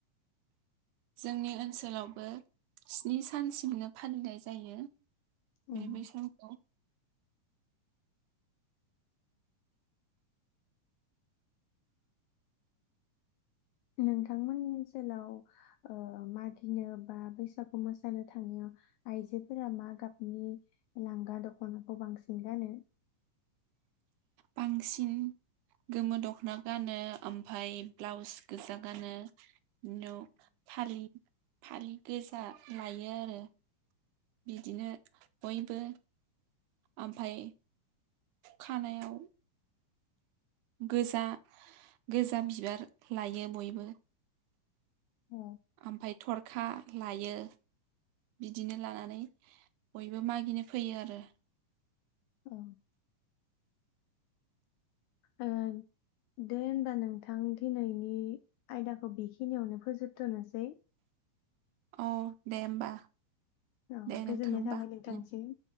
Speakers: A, on the right; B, on the left.
A: जोंनि ओनसोलावबो स्नि सानसिमनो फालिनाय जायो।
B: उम
A: बे बैसागुखौ। <inaudible>
B: नोंथांमोननि ओनसोलाव ओ मागिनो बा बैसागु मोसानो थांनायाव आइजोफोरा मा गाबनि लांगा दख'नाखौ बांसिन गानो?
A: बांसिन गोमो दख'ना गानो ओमफाय ब्लाउस गोजा गानो उनाव फालि फालि गोजा लायो आरो। बे बिदिनो बयबो ओमफाय खानायाव गोजा गोजा बिबार लायो बयबो।
B: औ।
A: ओमफाय थरखा लायो बिदिनो लानानै बयबो मागिनो फैयो आरो।
B: औ। ओं दे होमबा नोंथां दिनैनि आयदाखौ बेखिनियावनो फोजोबथ'नोसै।
A: औ दे होमबा।
B: औ
A: दे
B: गोजोननाय
A: नोंथां होमबा
B: थाबाय नोंथांनिसिम।
A: उम,